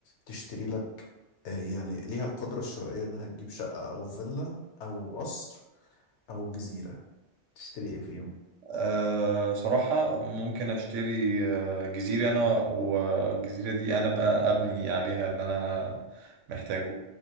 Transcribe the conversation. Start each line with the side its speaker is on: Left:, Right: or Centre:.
Left: تشتري لك آه، يعني ليها القدرة الشرائية انها تجيب شقة او فيلا او قصر او جزيرة تشتري ايه فيهم؟
Right: أه صراحة ممكن اشتري آه، جزيرة انا والجزيرة دي انا بقى ابني عليها اللي انا محتاجه